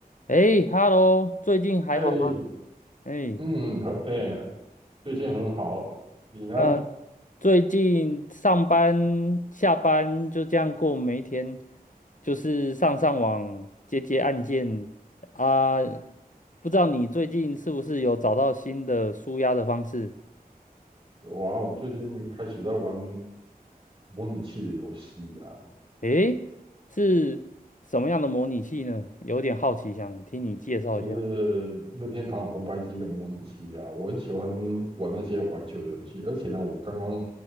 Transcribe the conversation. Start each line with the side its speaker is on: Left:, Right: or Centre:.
Left: 哎，Hello，最近还好吗？
Right: 哎，
Left: 哎，
Right: 嗯，很，哎，最近很好。你呢？
Left: 嗯，最近上班下班就这样过每一天，就是上上网接接案件啊。不知道你最近是不是有找到新的舒压的方式？
Right: 有啊，我最近开始在玩模拟器的游戏啊，
Left: 哎，是什么样的模拟器呢？有点好奇，想听你介绍一下。
Right: 就是任天堂红白机的模拟器啊。我很喜欢玩那些怀旧的游戏，而且呢，我刚刚